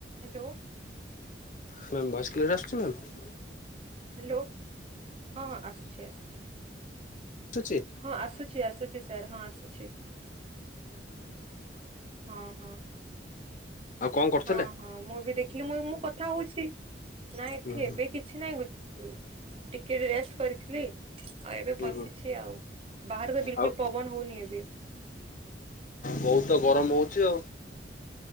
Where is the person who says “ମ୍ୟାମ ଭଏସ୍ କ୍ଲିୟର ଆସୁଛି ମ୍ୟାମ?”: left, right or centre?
Left